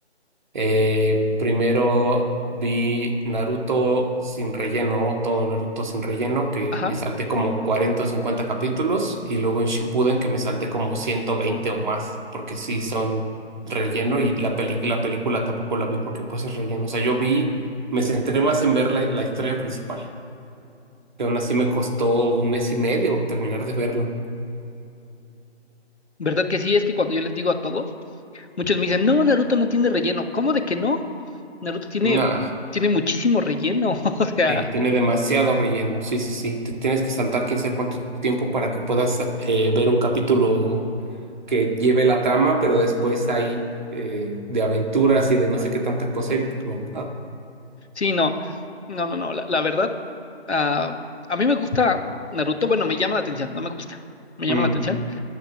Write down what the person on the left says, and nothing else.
Ajá.
¿Verdad que sí? Es que cuando yo les digo a todos, muchos me dicen, no, Naruto no tiene relleno. ¿Cómo de que no? Naruto tiene,
tiene muchísimo relleno. <laughs> O sea,
Sí, no, no, no, no, la, la verdad, ah, a mí me gusta Naruto, bueno, me llama la atención, no me gusta, me llama
la atención,